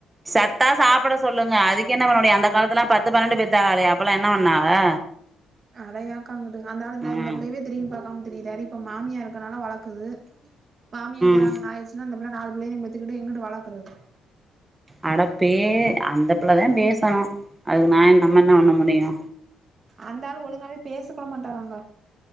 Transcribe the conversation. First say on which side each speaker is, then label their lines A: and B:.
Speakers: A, on the right; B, on the right.
A: சத்தா சாப்பட சொல்லுங்க அதுக்கு என்ன பண்ண முடியு அந்த காலத்துலலா பத்து பன்னெண்டு பெத்தாதே அப்பல்லா என்ன பண்ணாவ
B: அட ஏங்கா அங்குட்டு அந்த ஆளு இந்த
A: ம்
B: இந்த பிள்ளையவே திரும்பி பாக்காம திறிராரு இப்ப மாமியா இருக்கனால வளர்க்குது மாமியாக்கு ஏதா
A: ம்
B: ஒன்னு ஆயிச் இன்னு அந்த புள்ள நாலு புள்ளையு பெத்துக்கட்டு எங்கிட்டு வளர்க்கறது
A: அட பே அந்த பிள்ளதா பேசணு அதுக்கு நா நம்ம என்ன பண்ண முடியு
B: அந்த ஆளு ஒழுங்காவே பேச கூட மாட்டாராங்கா